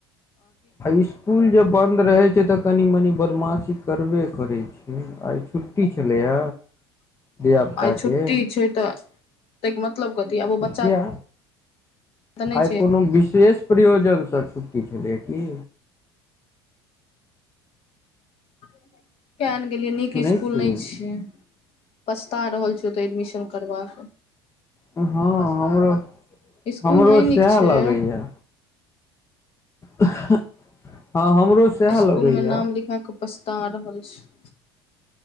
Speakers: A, on the left; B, on the left.
A: आ स्कूल जे बंन्द रहे छैय तऽ कनी मनी बदमाशी करबे करै छैय। आइ छुट्टी छलैय धिया पुता
B: आइ छुट्टी
A: के?
B: छै तऽ तयके मतलब कथि आब ओ
A: किया
B: बच्चा तऽ नहि
A: आइ
B: छै
A: कोनो विशेष प्रयोजनसँ छुट्टी छलै की?
B: <inaudible> कियाने गेलियै नीक
A: सुनै
B: स्कूल
A: छी
B: नहि छियै पछता रहल छी ओतय एडमिशन करबाक।
A: हँ हमरो
B: स्कूल
A: हमरो
B: नहि नीक
A: सैहे
B: छै
A: लगैया। हँ हमरो सैह लगैया।
B: स्कूल मे नाम लिखा कऽ पछता रहल छी।